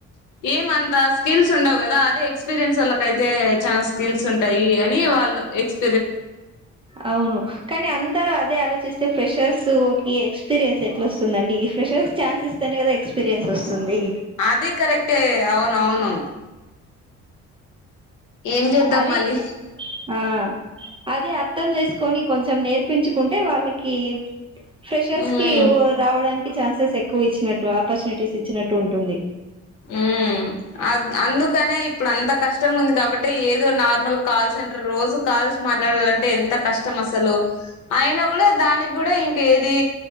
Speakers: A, on the left; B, on the right.
A: ఏమంత స్కిల్స్ ఉండవ్ కదా అదే ఎక్స్పీరియన్స్ వాళ్ళక అయితే చాలా స్కిల్స్ ఉంటాయి అని వాళ్ళు ఎక్స్
B: అవును కానీ అం దరూ అదే ఆలోచిస్తే ఫ్రెషర్స్ కి ఎక్స్పీరియన్స్ ఎట్ల వస్తుందండి ఈ ఫ్రెషర్స్ ఛాన్స్ ఇస్ స్తనే కదా ఎక్స్పీరియన్స్ వస్తుంది
A: అది కరెక్టే అవునవును ఏం చేద్దాం
B: అది
A: మళ్ళీ
B: ఆ అది అర్థం చేసుకొని కొంచెం నేర్పించుకుంటే వాళ్ళకి ఫ్రెషర్స్
A: ఉమ్
B: కి ఉ రావడానికి ఛాన్సెస్ ఎక్కువ ఇచ్చినట్టు ఆపర్చునిటీస్ ఇచ్చినట్టు ఉంటుంది
A: ఉమ్ అ అందుకనే ఇప్పుడు అంత కష్టం ఉంది కాబట్టి ఏదో నార్మల్ కాల్ సెంటర్ రోజు కాల్స్ మాట్లాడాలంటే ఎంత కష్టం అసలు అయినా కూడా దానికి కూడా ఇంక ఏది